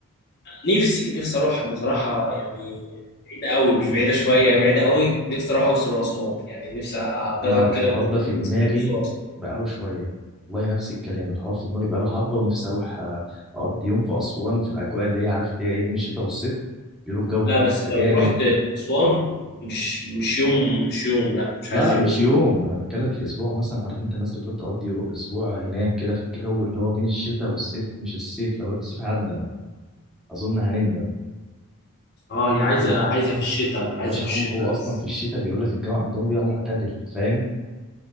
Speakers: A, on the left; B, in the centre.
A: نفسي نفسي اروح بصراحه يعني بعيده قوي مش بعيده شويه يعني بعيده قوي نفسي اروح اقصر واسوان يعني نفسي اجرب
B: انا الحوار
A: كده الاكسبيرينس
B: ده في دماغي
A: بتاع اقصر واسوان
B: بقاله شويه والله نفس الكلام الحوار في دماغي بقاله حبه ونفسي اروح آه، اقضي يوم في اسوان في الاجواء اللي هي عارف اللي هي ايه بين الشتاء والصيف بيقولوا الجو
A: لا
B: هناك
A: بس
B: بيبقى
A: لو
B: جامد
A: رحت اسوان مش مش يوم مش يوم لا مش
B: لا
A: عايز
B: لا
A: يوم
B: مش يوم انا بتكلم في اسبوع مثلا عارف انت الناس اللي بتروح تقضي يو- اسبوع هناك كده في الجو اللي هو بين الشتاء والصيف مش الصيف لو رحت الصيف هندم اظن هنندم
A: اه هي عايزه
B: يا
A: عايزه في الشتاء عايزه
B: يا باشا
A: في
B: هم
A: الشتاء
B: هو اصلا
A: بس.
B: في الشتاء بيقول لك الجو عندهم بيبقى معتدل فاهم